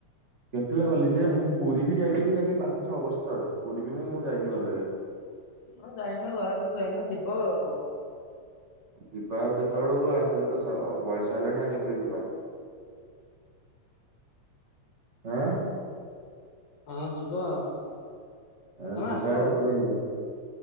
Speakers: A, on the right; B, on the left.
A: କେତେବେଳେ ଗଲି ଯେ ମୁଁ ପୁରୀ ବି ଯାଇଥିଲି ଯାଇକି ପାଞ୍ଚ ଛଅ ବର୍ଷ ତଳେ ପୁରୀ ବି ମୁଁ ଯାଇନି ଭଲରେ
B: ହଁ ଯାଇନ ବାହାରକୁ ଯାଇନ ଯିବ ଆଉ କଣ।
A: ଯିବା ଆଉ କେତେବେଳକୁ ଆସିକତ ବୟସ ହେଲାଣି ଆଉ କେତେବେଳେ ଯିବା। ହଁ।
B: ହଁ ଯିବ ଆଉ।
A: ଆ
B: ତମେ
A: ଯିବା
B: ଆସ ଆଉ
A: କେତେବେଳେ ଯିବା।